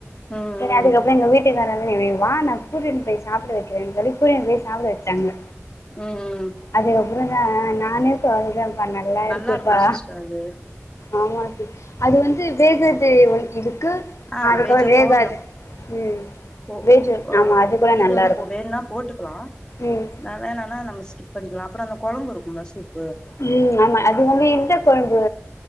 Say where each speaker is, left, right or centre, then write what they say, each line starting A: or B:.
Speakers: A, on the left; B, on the left.
A: ம்
B: செரி
A: ம்
B: அதுக்கப்ற இந்த வீட் வீட்டுக்காரங்க நீ வா நா கூட்டின் பேய் சாப்ட வெக்கிறே சொல்லி கூட்டின் போய் சாப்ட வெச்சாங்க
A: ம் ம்
B: அதுக்கப்ற நா நானே சொல்றெம்ப்பா நல்லாருக்குப்பா
A: நல்லா இருக்கு சிஸ்டர் அது
B: ஆம்மா சிஸ் அது வந்து வேகுது கொஞ்ச இக்கு
A: ஆ
B: அதுக்க
A: பேஜோ
B: வேகாது
A: போட்லா
B: ம்
A: போ
B: வேஜு
A: அ
B: ஆமா அது கூட
A: வேஜ்ஜி
B: நல்லா
A: வந்து
B: இருக்கு
A: போ வேண்னா போட்டுக்குலா
B: ம்
A: அ வேணான்னா நம்ம ஸ்கிப் பண்ணிக்குலா அப்பற அந்தகொழம்பு இருக்கும்ல ஸ்விப்
B: ம் ஆம்மா அது வந்து இந்த கொழம்பு